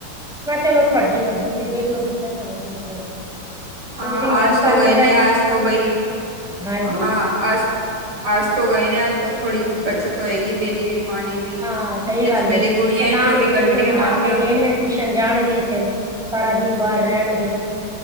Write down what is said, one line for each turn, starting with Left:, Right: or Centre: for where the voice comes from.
Centre: ਮੈਂ ਚਲੋ ਤੁਹਾਡੀ ਮਰਜ਼ੀ ਵੀ ਦੇਖਲੋ ਜਿੱਦਾਂ ਤੁਹਾਨੂੰ ਠੀਕ ਲੱਗਦਾ।
Right: ਹਾਂ
Centre: ਦੋ ਦਿਨ ਹੋਰ
Right: ਆਜ ਤੋਂ
Centre: ਕਰ
Right: ਗਏ
Centre: ਲੋ
Right: ਨੇ,
Centre: ਰੈਸਟ
Right: ਆਜ
Centre: ਮੈਂ ਕਿਹਾ
Right: ਤੋਂ
Centre: ਫਿਰ
Right: ਬਈ
Centre: ਹਾਂਜੀ।
Right: ਹਾਂ। ਅਜ ਅੱਜ ਤੋਂ ਗਏ ਨੇ, ਅੱਜ ਤੋਂ ਥੋੜ੍ਹੀ ਬੱਚਤ ਹੋਏਗੀ ਮੇਰੀ ਵੀ ਪਾਣੀ ਦੀ
Centre: ਹਾਂ ਸਹੀ
Right: ਇਹ
Centre: ਗੱਲ
Right: ਤਾਂ ਮੇਰੀ
Centre: ਏ ਚੱਲ
Right: ਗੁੜੀਆਂ
Centre: ਆਣਗੇ
Right: ਚੌਵੀ ਘੰਟੇ
Centre: ਇੱਕ ਵਾਰੀ
Right: ਹੱਥ
Centre: ਨਹਾ ਕੇ ਗਏ ਨੇ ਟਿਊਸ਼ਨ ਜਾਣਗੇ, ਫਿਰ ਸਾਰਾ ਦਿਨ ਬਾਹਰ ਰਹਿਣਗੇ